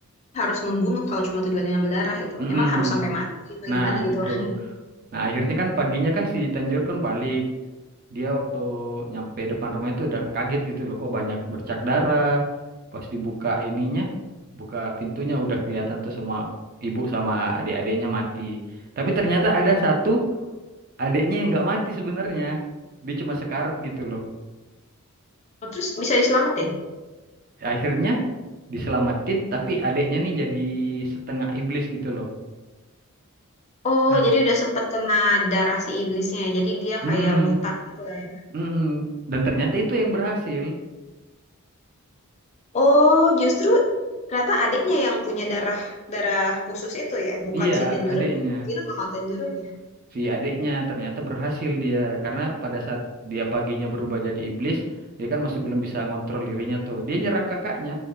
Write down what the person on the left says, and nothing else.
harus membunuh kalau cuma tujuannya ngambil darah gitu.
Emang harus sampai mati apa
gimana gitu
orang itu.
Oh, terus bisa diselamatin?
Oh,
jadi udah sempet kena darah si iblisnya ya. Jadi dia
kayak mutan gitu lah ya.
Oh, justru ternyata adiknya yang punya darah darah khusus itu ya, bukan
si Tenjiro.
Kira bakal Tenjironya.